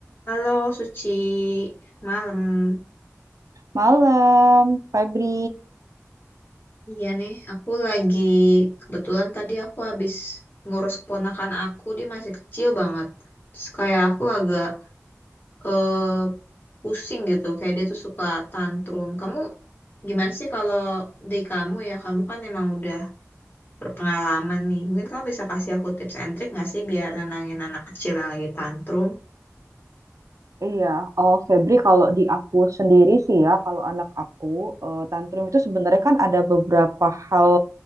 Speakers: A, on the left; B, on the right.
A: Halo Suci, malam.
B: Malam, Febri.
A: Iya nih, aku lagi kebetulan tadi aku habis ngurus keponakan aku, dia masih kecil banget. Terus kayak aku agak eh, pusing gitu, kayak dia tuh suka tantrum. Kamu gimana sih kalau di kamu ya, kamu kan emang udah berpengalaman nih. Mungkin kamu bisa kasih aku tips and trick nggak sih biar nenangin anak kecil yang lagi tantrum?
B: Iya, oh Febri kalau di aku sendiri sih ya, kalau anak aku eh, tantrum itu sebenarnya kan ada beberapa hal